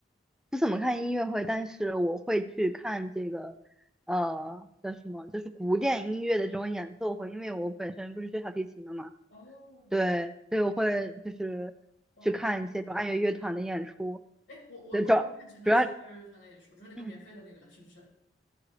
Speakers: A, in the centre; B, on the left (about 85°).
A: 不怎么看音乐会，但是我会去看这个呃叫什么，就是古典音乐的这种演奏会，因为我本身不是学小提琴的嘛，
B: 哦，
A: 对，所以我会就是去看一些这种爱乐乐团的演出。
B: 哇，哎，我我我有看前段时间艾薇薇传的演出，
A: 对，主主要
B: 就是那个免费的那个，
A: 嗯
B: 是不是？